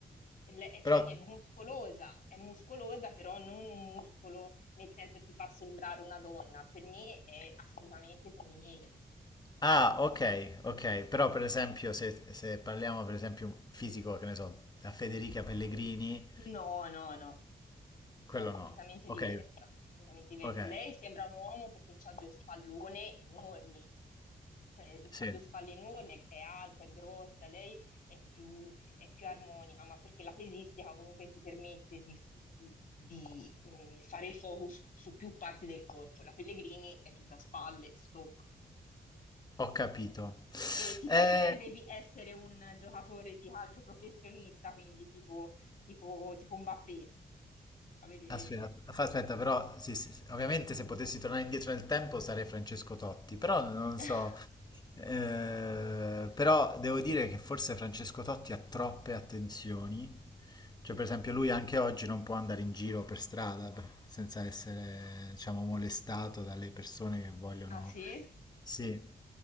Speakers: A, on the left; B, on the left.
A: le- eh, cioè
B: Però
A: è muscolosa, è muscolosa, però non un muscolo nel senso che ti fa sembrare una donna. Per me è assolutamente femminile.
B: Ah, ok, ok, però per esempio se, se parliamo per esempio un fisico, che ne so, da Federica Pellegrini,
A: No, no, no.
B: quello
A: No, completamente
B: no. Ok,
A: diversa, completamente diversa.
B: ok,
A: Lei sembra un uomo perché ha due spallone enormi, cioè
B: sì,
A: ha due spalle enormi, è è alta, è grossa, lei è più, è più armonica, ma perché la pesistica comunque ti permette di, di, mh, fare il focus su più parti del corpo. La Pellegrini è tutta spalle, stop.
B: ho capito.
A: E ti
B: Eh,
A: piacerebbe vi- essere un giocatore di calcio professionista, quindi tipo, tipo, tipo Mbappé? Avere...
B: Aspetta, fa- aspetta, però sì, sì, sì, ovviamente se potessi tornare indietro nel tempo sarei Francesco Totti, però non
A: <laughs>
B: so, eh, però devo dire che forse Francesco Totti ha troppe attenzioni, cioè per esempio lui anche oggi non può andare in giro per strada per- senza essere, diciamo, molestato dalle persone che vogliono
A: Ah sì?
B: sì,